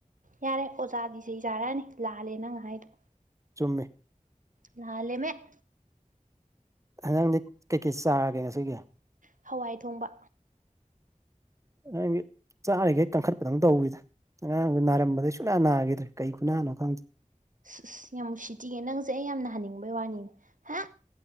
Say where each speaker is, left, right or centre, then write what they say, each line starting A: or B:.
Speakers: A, on the right (about 75°); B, on the right (about 25°).
A: ꯌꯥꯔꯦ ꯑꯣꯖꯥꯗꯤ ꯆꯩ ꯆꯥꯔꯛꯑꯅꯤ ꯂꯥꯜꯂꯦ ꯅꯪ ꯍꯥꯏꯗꯣ
B: ꯆꯨꯝꯃꯤ
A: ꯂꯥꯜꯂꯦ ꯃꯦ
B: ꯍꯦꯟꯖꯥꯡꯗꯤ ꯀꯩꯀꯩ ꯆꯥꯔꯒꯦ ꯉꯁꯤꯒꯤ
A: ꯍꯋꯥꯏ ꯊꯣꯡꯕ
B: ꯑꯩꯗꯤ ꯆꯥꯔꯤꯒꯩ ꯀꯟꯈꯠꯄꯗꯧ ꯇꯧꯋꯤꯗ ꯉꯥꯔꯥꯛ ꯅꯥꯔꯝꯕꯗꯩ ꯁꯨꯅꯥ ꯅꯥꯈꯤꯗ꯭ꯔꯦ ꯀꯩ ꯈꯨꯅꯥꯅꯣ ꯈꯪꯗꯦ
A: ꯑꯁ ꯌꯥꯝ ꯅꯨꯡꯁꯤꯇꯤꯉꯦ ꯅꯪꯁꯦ ꯑꯩ ꯌꯥꯝ ꯅꯍꯟꯅꯤꯡꯕꯩ ꯋꯥꯅꯤꯅꯦ ꯍꯥ